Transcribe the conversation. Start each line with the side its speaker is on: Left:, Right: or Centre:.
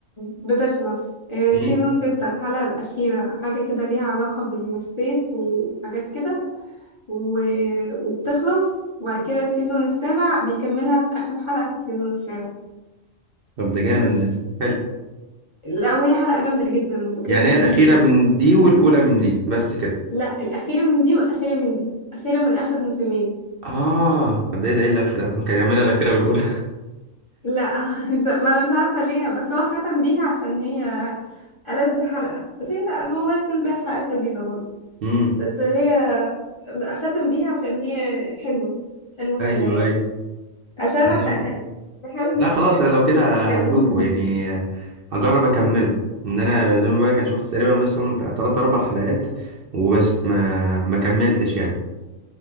Left: بتخلص آه،
Right: امم
Left: سيزون ستة الحلقة الأخيرة حاجة كده ليها علاقة بالسبيس وحاجات كده و... وبتخلص وبعد كده السيزون السابع بيكملها في آخر حلقة في السيزون السابع
Right: طب ده جامد
Left: بس
Right: ده حلو
Left: لا وهي حلقة جامدة جدا وفكرتها
Right: يعني هي الاخيره
Left: جامدة جدا
Right: من دي والاولى من دي بس كده
Left: لا الأخيرة من دي وأخيرة من دي أخيرة من آخر موسمين
Right: اه طب ده ده ايه اللف ده كان يعملها الاخيره والاولى
Left: لا <laughs> مش- ما أنا مش عارفة ليه بس هو ختم بيها عشان هي ألذ حلقة بس هي لا والله يكون باقي الحلقات لذيذة برضه
Right: <laughs> امم
Left: بس هي ختم بيها عشان هي حلوة حلوة حلوة
Right: ايوه
Left: يعني مش عايزة
Right: ايوه
Left: احرقها لك بحاول
Right: لا
Left: ما احرقهاش
Right: خلاص انا لو
Left: بس
Right: كده
Left: مش هتكلم
Right: هشوفه
Left: <laughs>
Right: يعني هجرب اكمله ان انا زي ما بقولك انا شفت تقريبا بس هم بتاع تلات اربع حلقات وبس ما ما كملتش يعني